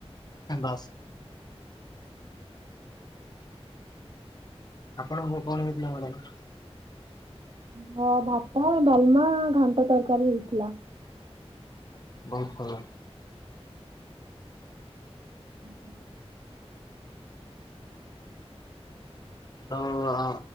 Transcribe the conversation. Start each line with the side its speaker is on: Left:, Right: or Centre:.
Left: ବାସ୍। ଆପଣଙ୍କୁ କଣ ହେଇଥିଲା ମ୍ୟାଡାମ୍?
Right: ହଁ ଭାତ, ଡାଲମା, ଘାଣ୍ଟ ତରକାରୀ ହେଇଥିଲା।
Left: ବହୁତ ଭଲ।
Right: <inaudible>
Left: ତ ଆ,